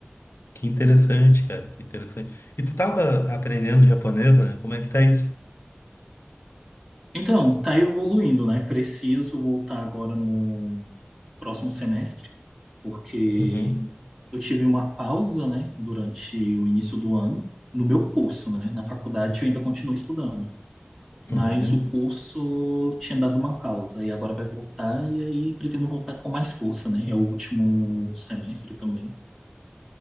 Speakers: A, on the left (about 75°); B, in the centre.
A: Que interessante, cara, que interessante. E tu tava aprendendo japonês, né? Como é que tá isso?
B: Então, tá evoluindo, né? Preciso voltar agora no próximo semestre, porque
A: Uhum.
B: eu tive uma pausa, né, durante o início do ano, no meu curso, né? Na faculdade eu ainda continuo estudando, mas
A: Uhum.
B: o curso tinha dado uma pausa e agora vai voltar e aí pretendo voltar com mais força, né? É o último semestre também.